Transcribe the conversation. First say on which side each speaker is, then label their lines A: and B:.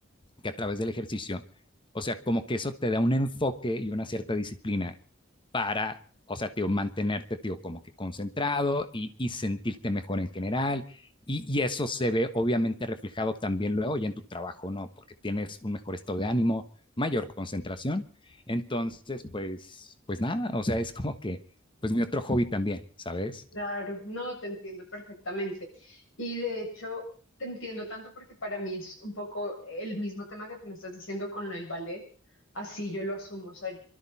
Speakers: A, on the left (about 25°); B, on the left (about 70°).
A: que a través del ejercicio, o sea, como que eso te da un enfoque y una cierta disciplina para, o sea, tío, mantenerte, tío, como que concentrado y, y sentirte mejor en general. Y, y, eso se ve obviamente reflejado también luego ya en tu trabajo, ¿no? Porque tienes un mejor estado de ánimo, mayor concentración. Entonces, pues, pues nada, o sea, es como que, pues mi otro hobby también, ¿sabes?
B: Claro, no, te entiendo perfectamente. Y de hecho, te entiendo tanto porque para mí es un poco el mismo tema que tú me estás diciendo con el ballet, así yo lo asumo. O sea,